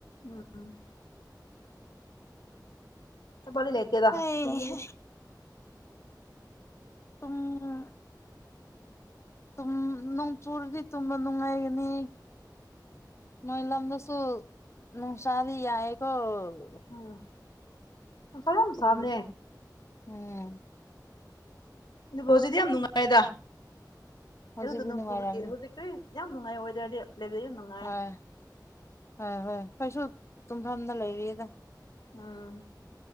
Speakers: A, on the left; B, on the left.
A: ꯎꯝ꯫ ꯆꯄꯥꯅꯤ ꯂꯩꯇ‌ꯦꯗ
B: ꯍꯩꯍꯥ
A: ꯇꯨꯡꯒꯅꯨ꯫
B: ꯎꯝ꯫ ꯨꯗꯨꯝ ꯅꯣꯡ ꯆꯨꯔꯗꯤ ꯇꯨꯝꯕ ꯅꯨꯡꯉꯥꯏꯒꯅꯤ꯫ ꯃꯣꯏ ꯂꯝꯗꯁꯨ ꯅꫭꯡꯁꯥꯥꯗꯤ ꯌꯥꯏꯌ‌ꯦꯀꫭ꯫
A: ꯎꯝ꯫ ꯅꯨꯡꯁꯥ ꯌꯥꯝ
B: ꯎꯝ
A: ꯁꯥꯕꯅꯦ
B: ꯎꯝ꯫
A: ꯑꯗꯨꯕꯨ ꯍꯧꯖꯤꯛꯗꯤ ꯌꯥꯝ ꯅꯨꯡꯉꯥꯏꯌ‌ꯦꯗ
B: ꯍꯧꯖꯤꯛꯇꯤ
A: ꯑꯗꯨꯗ ꯅꫭꯡ
B: ꯅꯨꯡꯉꯥꯏꯔꯝꯅꯤ
A: ꯆꯨꯕꯒꯤ ꯍꯧꯖꯤꯛꯇ꯭ꯔꯤ꯫ ꯌꯥꯝ ꯅꯨꯡꯉꯥꯏ ꯋ‌ꯦꯗꯔꯗꯤ꯫ ꯂꯩꯕ ꯌꯥꯝꯅ ꯅꯨꯡꯉꯥꯏ꯫
B: ꯍꯣꯏ ꯍꯣꯏ ꯍꯣꯏ ꯈꯏꯏꯁꯨ ꯇꯨꯝꯐꯝꯗ ꯂꯩꯔꯤꯌꯦꯗ꯫
A: ꯎꯝ